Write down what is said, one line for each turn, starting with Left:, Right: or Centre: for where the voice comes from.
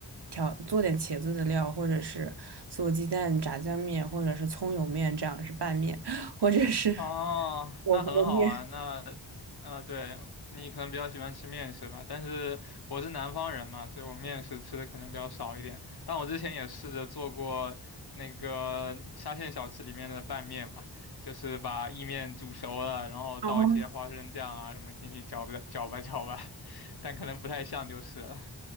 Right: 调，做点茄子的料，或者是做鸡蛋炸酱面，或者是葱油面，这样是拌面，或者是
Left: 哦，
Right: 火锅面。
Left: 那很好啊，
Right: <laughs>
Left: 那，啊，对，你可能比较喜欢吃面食吧，但是我是南方人嘛，所以我面食吃的可能比较少一点。但我之前也试着做过那个沙县小吃里面的拌面嘛，就是把意面煮熟了，然后倒一些花生酱啊什么进去搅吧搅吧搅吧，
Right: 然后。
Left: <laughs> 但可能不太像就是了。